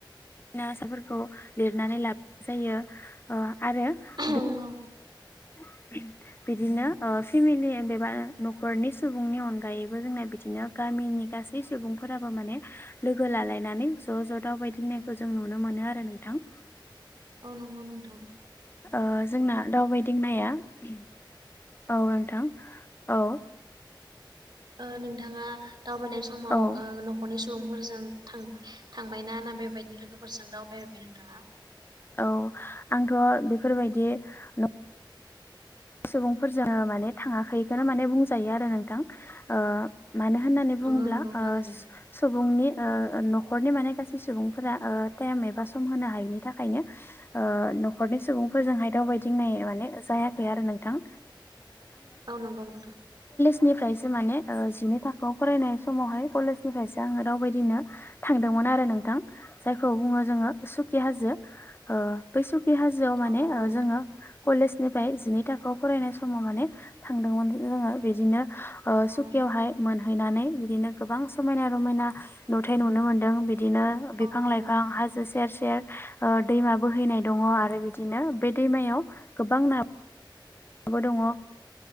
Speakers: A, on the left (about 25°); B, on the right (about 60°).
A: ना आसाफोरखौ लिरनानै लाबोनाय जायो ओ आरो
B: औ
A: बे
B: नंगौ
A: <inaudible> बिदिनो फेमिलि एबा न'खरनि सुबुंनि अनगायैबो जोंना बिदिनो गा गामिनि गासै सुबुंफोराबो माने लोगो लालायनानै ज' ज' दा बायदि होननायखौ जों नुनो मोनो आरो ना नोथां।
B: औ नंगौ नोंथां।
A: ओ जोंना दावबायदिं नाया औ नोंथां। औ
B: ओ नोंथाङा दावबायनाय समाव
A: औ
B: ओ न'खरनि सु बुंफोरजों थांबायना ना बेबायदिनो लोगोफोरजों दावबायबाय नोंथाङा?
A: औ आंथ' बेफोरबायदि न सुबुंफोरजों माने थाङाखैखौनो माने बुंजायो आरो नोंथां ओ मानो होननानै
B: नंगौ
A: बुङोब्ला
B: नंगौ
A: ओ
B: थारैनो
A: सुबुंनि ओ न'खरनि माने गासै सुबुंफोरा ओ टाइम एबा सम होनो हायैनि थाखायनो ओ न'खरनि सुबुंफोरजोंहाय दावबायदिं नाय माने जायाखै आरो नोंथां।
B: औ नोंगौ नोंथां
A: निफ्रायसो माने ओ जिनि थाखोआव फरायनाय समावहाय कलेजनिफ्रायसो आङो दावबायायदिनो थांदोंमोन नारो नोंथां जायखौ बुङो जोङो सुखि हाजो ओ बै सुखि खि हाजोआव माने
B: औ नंगौ
A: ओ
B: नोंथां
A: जोङो कलेजनिफ्राय जिनै थाखोआव फरायनाय समाव माने थांदोंमोन जोङो बिदिनो ओ
B: औ
A: सुकियावहाय मोन हैनानै बिदिनो गोबां समायना रमायना नुथाय नुनो मोन्दों बि बिदिनो
B: औ
A: बिफां
B: नंगौ
A: लाइफां
B: नोंथां
A: हाजो सेर सेर ओ दैमा बोहैनाय दङ आरो बिदिनो बे दैमायाव गोबां ना माबो दङ